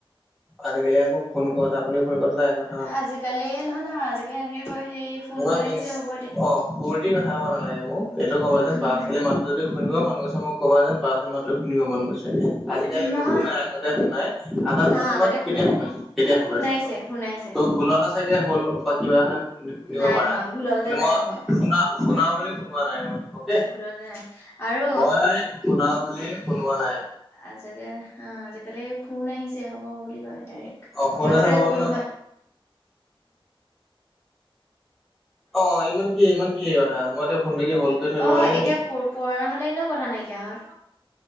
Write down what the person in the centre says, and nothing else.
আজিকালি আকৌ ফোন কৰোতে আপুনি শুই গ'ল তাৰ আগত।
ইমান
ইচ
অ' সুৰ দি কথা ক'ব নালাগে মোক। এইটো ক'বা যেন
বা ছোৱালী মাত যদি শুনিব মন গৈছে মোক ক'বা যে বা ছোৱালী মাতটো শুনিব মন গৈছে। আজিকালি
নুশুনাই আগতে শুনাই, আগতে
মই তোমাক কেতিয়া
শুনাইছো কেতিয়া শুনাই
ত' তুলনা এটা চাগে হ'ল বা কিবা হয় শুনিব
পাৰা।
কিন্তু
মই
শুনা শুনাও বুলি শুনোৱা নাই মই। অ'কে
মই শুনাও বুলি শুনোৱা নাই।
অ ফোন এটা
হ'ল
ন অ', ইমান কি ইমান কি কথা মই এতিয়া ফোনটো কি হল্ড কৰি থৈ দিব
লাগে
নি